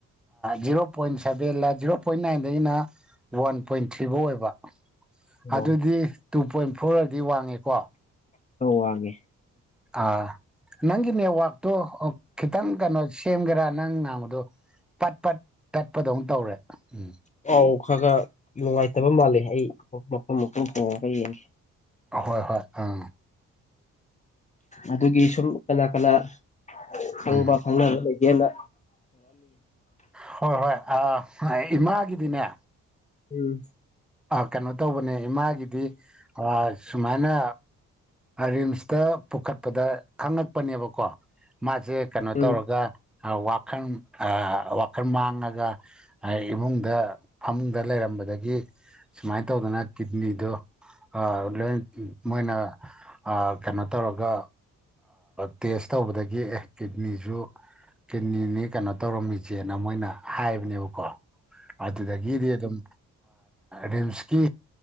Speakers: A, in the centre; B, on the left.
A: ꯖꯤꯔꯣ ꯄꯣꯏꯟ ꯁꯚꯦꯟꯖꯤꯔꯣ ꯄꯣꯏꯟ ꯅꯥꯏꯟꯗꯒꯤꯅ ꯋꯥꯟ ꯄꯣꯏꯟ ꯊ꯭ꯔꯤ ꯐꯧ ꯑꯣꯏꯕ ꯑꯗꯨꯗꯤ
B: ꯈꯔ
A: ꯇꯨ ꯄꯣꯏꯟ ꯐꯣꯔꯗꯤ ꯋꯥꯡꯉꯦꯀꯣ
B: ꯍ ꯋꯥꯉꯦ
A: ꯑꯥ ꯅꯪꯒꯤ ꯅꯦꯠꯋꯥꯛꯇꯣ ꯈꯤꯇꯪ ꯀꯩꯅꯣ ꯁꯦꯝꯒꯦꯔꯥ ꯅꯪ ꯉꯥꯡꯕꯗꯣ ꯄꯠ ꯄꯠ ꯇꯠꯄꯗꯧꯅ ꯇꯧꯔꯦ ꯎꯝ
B: ꯄꯥꯎ ꯈꯔ ꯈꯔ ꯅꯨꯡꯉꯥꯏꯇꯕ ꯃꯥꯜꯂꯦ ꯑꯩ ꯃꯐꯝ ꯃꯨꯝ ꯍꯣꯡꯉꯒ ꯌꯦꯡꯒꯦ
A: ꯍꯣꯏ ꯍꯣꯏ ꯑꯥ
B: ꯑꯗꯨꯒꯤ ꯁꯨꯝ ꯀꯅꯥ ꯀꯅꯥ ꯈꯪꯕ
A: ꯎꯝ
B: ꯈꯪ ꯌꯦꯅ
A: ꯍꯣꯏ ꯍꯣꯏ ꯏꯃꯥꯒꯤꯗꯤꯅꯦ
B: ꯎꯝ
A: ꯀꯩꯅꯣ ꯇꯧꯕꯅꯦ ꯏꯃꯥꯒꯤꯗꯤ ꯁꯨꯃꯥꯏꯅ ꯔꯤꯝꯁꯇ ꯄꯨꯈꯠꯄꯗ ꯈꯪꯉꯛꯄꯅꯦꯕꯀꯣ ꯃꯥꯁꯦ ꯀꯩꯅꯣ
B: ꯎꯝ
A: ꯇꯧꯔꯒ ꯋꯥꯈꯜ ꯋꯥꯈꯜ ꯃꯥꯡꯉꯒ ꯏꯃꯨꯡꯗ ꯐꯃꯨꯡꯗ ꯂꯩꯔꯝꯕ ꯝꯕꯗꯒꯤ ꯁꯨꯃꯥꯏꯅ ꯇꯧꯗꯅ ꯀꯤꯠꯅꯤꯗꯣ ꯂꯣꯏ ꯃꯣꯏꯅ ꯀꯩꯅꯣ ꯇꯧꯔꯒ ꯇꯦꯁ ꯇꯧꯕꯗꯒꯤ ꯑꯦ ꯀꯤꯗꯅꯤꯁꯨ ꯀꯤꯠꯅꯤꯅꯤ ꯀꯩꯅꯣ ꯇꯧꯔꯝꯃꯤꯆꯦꯅ ꯃꯣꯏꯅ ꯍꯥꯏꯕꯅꯦꯕꯀꯣ ꯑꯗꯨꯗꯒꯤꯗꯤ ꯑꯗꯨꯝ ꯔꯤꯝꯁꯀꯤ